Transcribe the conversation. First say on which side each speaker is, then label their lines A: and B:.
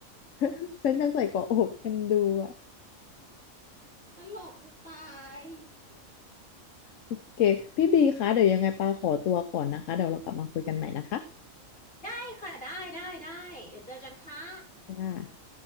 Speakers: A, on the left; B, on the left.
A: <laughs> ฉันจัใส่เกาะอกกันดูอ่ะ
B: ตลกจะตาย
A: โอเคพี่บีคะเดี๋ยวยังไงปาขอตัวก่อนนะคะเดี๋ยวเรากลับมาคุยกันใหม่นะคะ
B: ได้ค่ะได้ได้ได้เดี๋ยวเจอกันค่ะ
A: ค่ะ